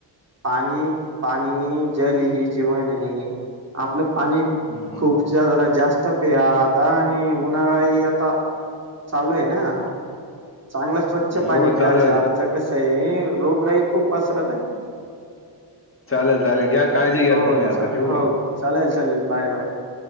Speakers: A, on the right; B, on the left.
A: पाणी पाणी जल ह जीवण आहे आपलं. पाणी
B: हो
A: खूपच्या जराात जास्त. प आता आणि उन्हाळा आता चालू आहे ना. चांगलं स्वच्छ पाणी
B: हो
A: पियायचे
B: चालेल
A: अरच कस आहे. रोगराही खूप पसरत आहे.
B: चालेल चालेल घ्या काळजी घ्या
A: हो
B: तुम्ही आता ठेव
A: हो
B: का?
A: चालेल चालेल बाय बाय.